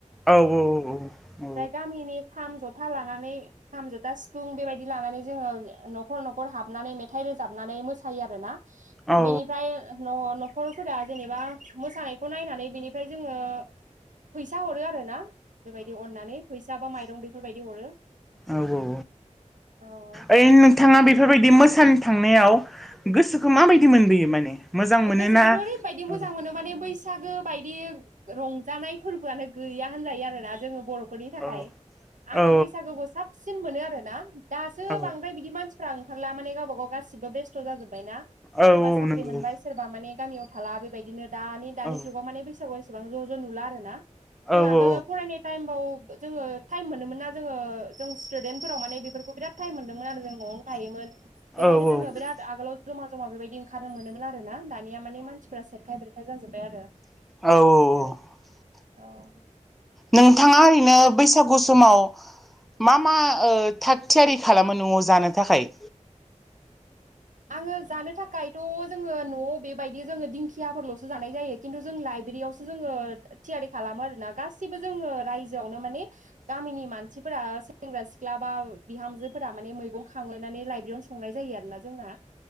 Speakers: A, in the centre; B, on the right.
A: औ औ औ औ
B: गामिनि खाम जथा लानानै खाम जथा सिफुं बेबायदि लानानै जोङो न'खर न'खर हाबनानै मेथाइ रोजाबनानै मोसायो आरोना
A: औ
B: बेनिफाय न' न' नखरफोरा जेनेबा मोसानायखौ नायनानै बिनिफ्राय जोङो फैसा हरो आर ना बेबायदि अननानै फैसा बा माइरं बेफोरबायदि हरो
A: औ औ
B: औ
A: ओइ नोंथाङा बेफोरबायदि मोजां सान थांनायाव गोसोखौ माबायदि मोनबोयो माने मोजां मोनोना
B: गोसोखौथ' ओरैबायदि मोजां
A: औ
B: मोनो माने बैस सागो बायदि रंजानाय फोरबोआनो गैया होनजायो आरोना जोङो बर' खरनि थाखाय
A: औ
B: आङो
A: औ
B: बैसागुखौ साबसिन मोनो आरोोना दासो
A: औ
B: बांद्राय बिदि मानसि फोरा ओंखारला माने गावब गाव गासिबो बेस्थ' जाजोबबायनाा सोरबा
A: औ
B: साख्रि
A: नंगौ
B: मोनबाय सोरबा माने गामियाव थाला बेबायदिनो दानि दानि
A: औ
B: जुगाव माने बैसागु एसेबां ज' ज' नुला आरो ना जोंहा
A: औ
B: आगोलाव
A: औ
B: फरायनाय टाइम बाव जोङो थाइम मोनोमोन ना जोङो जों स्टुडेन्टफोराव माने बेफोरखौ बिराद टाइम मोनदोंमोन आरो जों न'आव थायोमोन बेखायनो
A: औ
B: जोङो बिराद आगोलाव जमा जमा बेबायदि ओंखारनो आरो ना दानिया माने मानसिफोरा सेरखाय बेरखाय जाजोब्बाय आरो
A: औ औ
B: बेबायदि
A: औ
B: औ
A: नोंथाङा ओरैनो बैसागु समाव मा मा ओ थाग थियारि खालामो न'आव जानो थाखाय
B: आङो जानो थाखायथ' जोङो न'आव बेबायदि जोङो दिंखियाफोरल'सो जानाय जायो खिन्थु जों लइ बेदियावसो जोङो थियारि खालामो आरोना गासिबो जोङो रायजोआवनो माने गामिनि मानसिफोरा सेंग्रा सि ख्ला बा बिहामजोफोरा माने मैगं खांलायनानै लाइब्रेरियावनो संनाय जायो आरोना जोंना